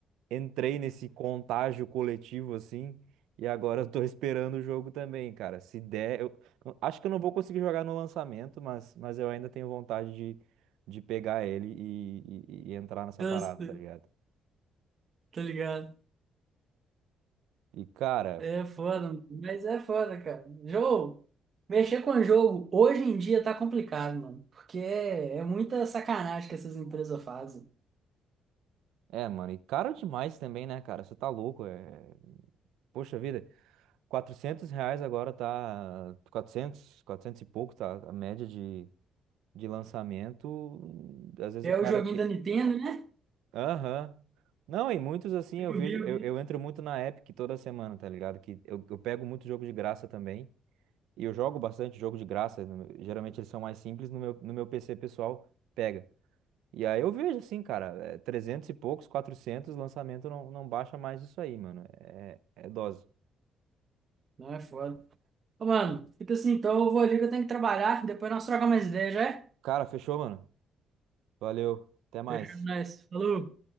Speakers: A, on the right (about 85°); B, on the right (about 50°).
A: entrei nesse contágio coletivo assim, e agora eu tô <laughs> esperando o jogo também, cara. Se der, eu eu acho que eu não vou conseguir jogar no lançamento, mas, mas eu ainda tenho vontade de, de pegar ele e, e- e entrar nessa
B: Eu
A: parada,
B: sei,
A: tá ligado?
B: tá ligado?
A: E cara,
B: É foda, mano. mas é foda, cara. Jogo, mexer com jogo hoje em dia tá complicado, mano. Porque é, é muita sacanagem que essas empresas fazem.
A: é, mano, e caro demais também, né, cara? Você tá louco, é. Poxa vida, 400 reais agora tá. quatrocentos quatrocentos e pouco tá a média de, de lançamento. Às vezes
B: É
A: o cara
B: o joguinho
A: que
B: da Nintendo, né?
A: Aham. Não, e muitos assim
B: Eu
A: eu vejo,
B: vi, eu
A: eu,
B: vi.
A: eu entro muito na Epic toda semana, tá ligado? Que eu, eu pego muito jogo de graça também. E eu jogo bastante jogo de graça. no meu- Geralmente eles são mais simples, no meu, no meu PC pessoal pega. E aí eu vejo assim, cara, é, 300 e poucos, 400 lançamento não, não baixa mais disso aí, mano. É, é dose.
B: Não é foda. Ô, mano, fica assim, então eu vou ali que eu tenho que trabalhar. Depois nós trocamos mais ideia, já é?
A: Cara, fechou, mano? Valeu, até mais.
B: Fechando nós. Falou.